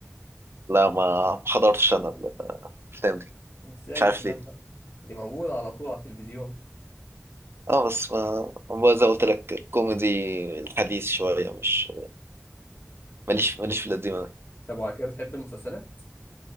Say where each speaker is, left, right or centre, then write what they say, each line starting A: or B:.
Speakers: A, on the right; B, on the left.
A: لا ما ما حضرتش انا الافلام دي
B: إزاي
A: مش عارف
B: الكلام
A: ليه
B: ده دي موجودة على طول على التلفزيون
A: اه بس ما ما زي ما قلت لك الكوميدي الحديث شويه مش ماليش ماليش في القديم أوي.
B: طب وعلى كده بتحب المسلسلات؟